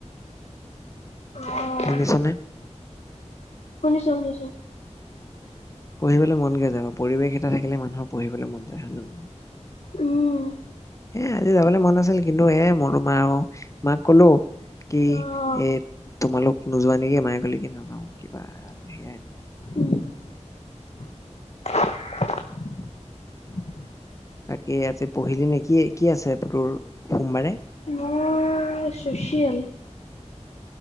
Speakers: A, on the left; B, on the left.
A: অ',
B: শুনিছনে?
A: শুনিছো শুনিছো।
B: পঢ়িবলৈ মন কিয় যাব, পৰিৱেশ এটা থাকিলে মানুহৰ পঢ়িবলৈ মন যায় হয় নে নহয়?
A: উম।
B: এ, আজি যাবলৈ মন আছিল, কিন্তু এ মোৰো মাওঁ মাক ক'লো কি
A: অহ
B: এ, তোমালোক নোযোৱা নেকি, মায়ে কলে কি নাযাওঁ কিবা সেয়াই
A: উম <inaudible>
B: বাকী <unintelligible> পঢ়িলি নে, কি-কি আছে তোৰ সোমবাৰে?
A: মোৰ চচিয়েল